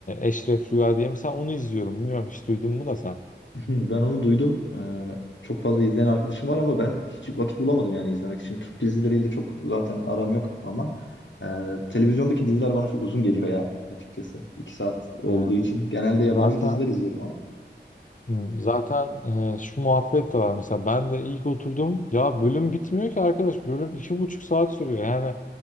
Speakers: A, on the left (about 45°); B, on the left (about 80°).
A: Eşref Rüya diye. Mesela onu izliyorum. Bilmiyorum hiç duydun mu da sen.
B: <laughs> Ben onu duydum. Ee, çok fazla izleyen arkadaşım var ama ben hiç vakit bulamadım yani izlemek için. Türk dizileriyle çok zaten aram yok ama e, televizyondaki diziler bana çok uzun geliyor ya açıkçası. İki saat olduğu
A: E,
B: için. Genelde yabancı
A: zaten
B: diziler izliyorum ama.
A: Hı, Zaten e, şu muhabbet de var mesela ben de ilk oturdum ya bölüm bitmiyor ki arkadaş bölüm iki buçuk saat sürüyor yani